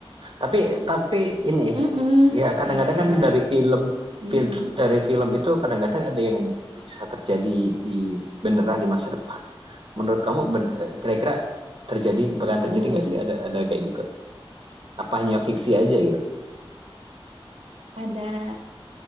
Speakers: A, on the right; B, on the right.
A: Tapi tapi ini
B: Mm-mm.
A: ya kadang-kadang
B: Ada ada
A: kan dari film
B: ininya.
A: film dari film itu kadang-kadang ada yang bisa terjadi di beneran di masa depan. Menurut kamu ben- eh, kira-kira terjadi bakalan terjadi
B: Mm-mm.
A: nggak sih ada ada kayak gitu? Apa hanya fiksi aja gitu?
B: Ada